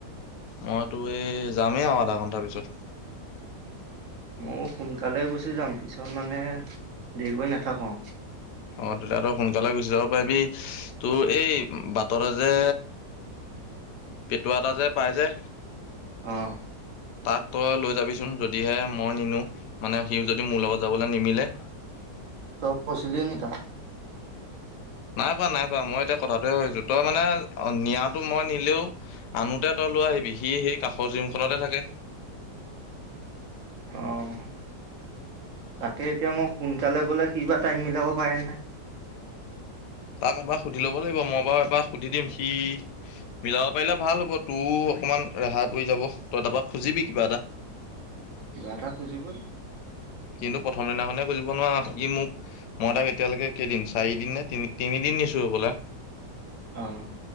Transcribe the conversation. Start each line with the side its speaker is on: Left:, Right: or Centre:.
Left: মইতো এই যামেই আৰু আধা ঘন্টা পিছত।
Right: মোয়ো সোনকালে গুচি যাম পিছত মানে দেৰিকৈ নাথাকো।
Left: অ, তই তাৰ পৰা সোনকালে গুচি যাব পাৰিবি তোৰ এই বাটৰে যে পেটোৱা এটা যে পাই যে
Right: অ',
Left: তাক তই লৈ যাবিচোন, যদিহে মই নিনো। মানে সিও যদি মোৰ লগত যাবলৈ নিমিলে
Right: তই কৈছিলি নি তাক?
Left: নাই কোৱা, নাই কোৱা। মই এতিয়া কথাটোহে ভাবিছোঁ। তই মানে নিয়াটো মই নিলেও, আনোঁতে তই লৈ আহিবি। সি সেই কাষৰ জিমখনতে থাকে।
Right: অ'। তাকে, এতিয়া মই সোন কালে গ'লে, সি বা টাইম মিলাব পাৰেন নাই।
Left: তাক এবাৰ সুধি ল'ব লাগিব। মই বাৰু এবাৰ সুধি দিম, সি মিলাব পাৰিলে ভাল হ'ব। তোৰ অকমান ৰেহাই পৰি যাব। তই তাৰপৰা খুজিবি কিবা এটা।
Right: কিবা এটা খুজিবলে।
Left: কিন্তু প্ৰথম দিনাখনে খুজিব নোৱাৰ। ই মোক- মই তাক এতিয়ালৈকে কেইদিন, চাৰিদিন নে তিন তিনিদিন নিছো হবলা।
Right: অ'।